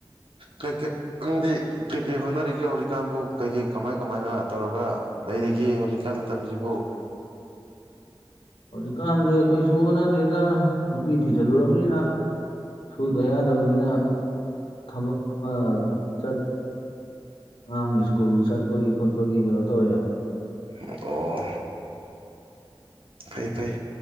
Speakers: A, on the right (about 75°); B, on the left (about 85°).
A: ꯀ ꯀꯦ ꯅꯪꯗꯤ ꯀꯔꯤꯀꯩ ꯍꯣꯠꯅꯔꯤꯒꯦ ꯍꯧꯖꯤꯛꯀꯥꯟꯕꯨ ꯀꯩ ꯀꯩ ꯀꯃꯥꯏ ꯀꯃꯥꯏꯅ ꯇꯧꯔꯒ ꯂꯩꯔꯤꯒꯦ ꯍꯧꯖꯤꯛ ꯃꯇꯝꯁꯤꯕꯨ
B: ꯍꯧꯖꯤꯛꯀꯥꯟꯁꯦ ꯀꯩꯁꯨ ꯑꯣꯟꯅꯗꯦꯗ ꯅꯨꯄꯤ ꯊꯤꯖꯤꯜꯂꯨꯅꯤꯅ ꯁꯨꯗ ꯌꯥꯗꯕꯅꯤꯅ ꯊꯕꯛ ꯑꯃ ꯈꯖ ꯆꯠ ꯑꯉꯥꯡ ꯁ꯭ꯀꯨꯜ ꯆꯠꯄꯒꯤ ꯈꯣꯠꯄꯒꯤ ꯀꯩꯅꯣ ꯇꯧꯔꯦ
A: ꯑꯣ ꯐꯩ ꯐꯩ